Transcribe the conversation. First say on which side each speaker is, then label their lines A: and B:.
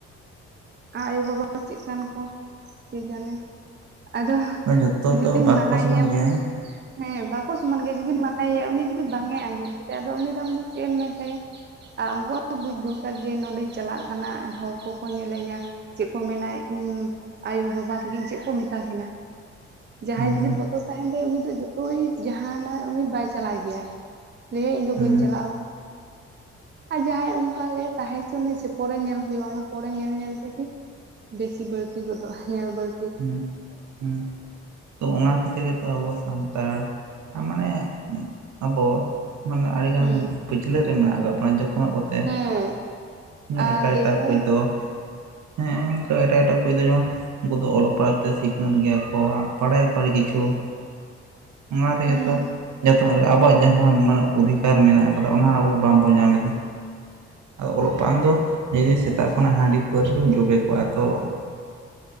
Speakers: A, on the right; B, on the right.
A: ᱟᱨ ᱟᱭᱳᱼᱵᱟᱵᱟ ᱪᱮᱫᱠᱟᱱ ᱠᱚ, ᱠᱮ ᱡᱟᱱᱮ? ᱟᱫᱚ
B: ᱡᱷᱚᱛᱚ
A: ᱡᱩᱫᱤᱢ
B: ᱫᱚ ᱵᱟᱠᱚ
A: ᱢᱟᱱᱟᱭ
B: ᱥᱚᱢᱟᱱ
A: ᱭᱟ,
B: ᱜᱮᱭᱟ
A: ᱦᱮᱸ ᱵᱟᱠᱚ ᱥᱚᱢᱟᱱ ᱜᱮᱭᱟ ᱡᱩᱫᱤᱢ ᱢᱟᱱᱟᱣ <unintelligible> ᱢᱟᱱᱟᱭ ᱭᱟ ᱩᱱᱤ ᱡᱩᱫᱤ ᱵᱟᱝᱮ ᱟᱸᱡᱚᱢ ᱠᱮᱫᱟ ᱟᱫᱚ ᱩᱱᱤ ᱫᱚ ᱟᱢᱫᱚ ᱪᱮᱫ ᱮᱢ ᱢᱮᱛᱟᱭᱟ? ᱟᱨ ᱩᱱᱠᱩᱣᱟᱜ ᱦᱚᱸ ᱵᱩᱡᱽ ᱫᱚᱨᱠᱟᱨ ᱡᱮ, ᱱᱚᱰᱮᱧ ᱪᱟᱞᱟᱜ ᱠᱟᱱᱟ ᱦᱚᱲ ᱠᱚᱠᱚ ᱧᱮᱞᱮᱧᱟ। ᱪᱮᱫ ᱠᱚ ᱢᱮᱱᱟ ᱤᱧ ᱟᱭᱳᱼᱵᱟᱵᱟ ᱛᱟᱹᱠᱤᱱ ᱪᱮᱫ ᱠᱚ ᱢᱮᱛᱟ ᱠᱤᱱᱟᱹ? ᱡᱟᱦᱟᱸᱭ
B: ᱦᱩᱸ
A: ᱡᱩᱫᱤ ᱵᱚᱛᱚᱨ ᱛᱟᱦᱮᱱ ᱛᱟᱭᱟ, ᱩᱱᱤ ᱫᱚ ᱡᱚᱛᱚᱭ ᱡᱟᱦᱱᱟᱜ ᱩᱱᱤ ᱵᱟᱭ ᱪᱟᱞᱟᱭ ᱜᱮᱭᱟᱭ। ᱞᱟᱹᱭᱟᱭ ᱤᱧᱫᱚ
B: ᱦᱩᱸ
A: ᱵᱟᱹᱧ ᱪᱟᱞᱟᱜᱼᱟ ᱳ। ᱟᱨ ᱡᱟᱦᱟᱸᱭ ᱚᱱᱠᱟ ᱞᱮ ᱛᱟᱦᱮᱸ ᱪᱚᱱᱤᱡ ᱥᱮ, ᱯᱚᱨᱮ ᱧᱮᱞ ᱦᱩᱭᱩᱜᱼᱟ᱾ ᱚᱱᱟ ᱯᱚᱨᱮ ᱧᱮᱞ ᱧᱮᱞ ᱛᱮᱜᱮ ᱼᱼ ᱵᱮᱥᱤ ᱵᱟᱹᱲᱛᱤ ᱜᱚᱫᱚᱜᱼᱟ, ᱧᱮᱞ ᱵᱟᱹᱲ
B: ᱦᱮᱸ ᱦᱮᱸ᱾ ᱛᱚ ᱚᱱᱟ ᱠᱷᱟᱹᱛᱤᱨ ᱜᱮᱛᱚ ᱟᱵᱚ ᱥᱟᱱᱛᱟᱲ, ᱟᱨ ᱢᱟᱱᱮ ᱟᱵᱚ᱾ ᱢᱟᱱᱮ ᱟᱹᱰᱤ ᱜᱟᱱ
A: ᱦᱮᱸ
B: ᱯᱟᱹᱪᱷᱞᱟᱹ ᱨᱮ ᱢᱮᱱᱟᱜ ᱠᱟᱜ ᱵᱚᱱᱟ ᱡᱚᱛᱚ ᱣᱟᱜ ᱵᱚ ᱛᱮ,
A: ᱦᱮᱸ
B: ᱢᱟᱱᱮ
A: ᱟᱨ
B: ᱮᱴᱟᱜ
A: ᱫᱤᱠᱩ
B: ᱮᱴᱟ ᱠᱷᱚᱡ <unintelligible> ᱫᱚ। ᱦᱮᱸ ᱚᱱᱠᱟ ᱮᱴᱟᱜ ᱮᱴᱟᱜ ᱠᱩᱡ ᱫᱚ ᱡᱮᱢᱚᱱ ᱩᱱᱠᱩ ᱫᱚ ᱚᱞᱚᱜ ᱯᱟᱲᱦᱟᱜ ᱛᱮ ᱥᱤᱠᱷᱱᱟᱹᱛ ᱜᱮᱭᱟ ᱠᱚ ᱵᱟᱲᱟᱭᱟ ᱟᱹᱰᱤ
A: ᱦᱩᱸ
B: ᱠᱤᱪᱷᱩ, ᱚᱱᱟ ᱛᱮᱜᱮ
A: ᱦᱩᱸ
B: ᱛᱚ ᱡᱟ ᱛᱟᱦᱚᱞᱮ ᱟᱵᱚᱣᱟᱜ ᱡᱟᱦᱟᱸ ᱢᱟᱱᱮ ᱚᱫᱷᱤᱠᱟᱨ ᱢᱮᱱᱟᱜ ᱟᱠᱟᱫᱟ, ᱚᱱᱟ ᱟᱵᱚ ᱵᱟᱝᱵᱚᱱ ᱧᱟᱢ ᱮᱫᱟ। ᱟᱫᱚ
A: ᱦᱩᱸ
B: ᱚᱞᱚᱜ ᱯᱟᱱ <unintelligible> ᱫᱚ ᱡᱩᱫᱤ ᱥᱮᱛᱟᱜ ᱠᱷᱚᱱᱟᱜ ᱦᱟᱺᱰᱤ ᱯᱟᱹᱣᱨᱟ ᱨᱮᱜᱮᱢ ᱡᱚᱵᱮ ᱠᱚᱜᱼᱟ ᱛᱚ ᱼᱼ